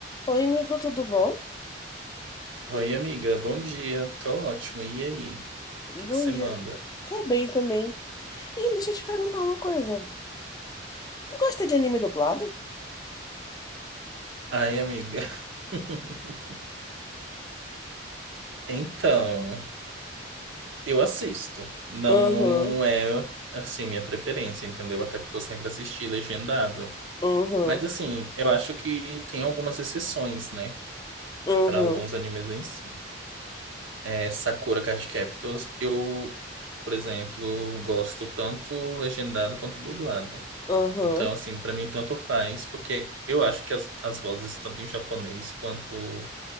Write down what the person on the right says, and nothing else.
Oi, amiga, bom dia. Tô ótimo. E aí? O que
que você
manda?
Ai, amiga. <laughs> Então, eu assisto. Não
é, assim, minha preferência, entendeu? Até porque eu sempre assisti legendado.
Mas, assim, eu acho que tem algumas exceções, né?
Para alguns animes em si. É, Sakura Card Captors, eu, por exemplo, gosto tanto legendado quanto dublado.
Então, assim, pra mim tanto faz, porque eu acho que as, as vozes, tanto em japonês quanto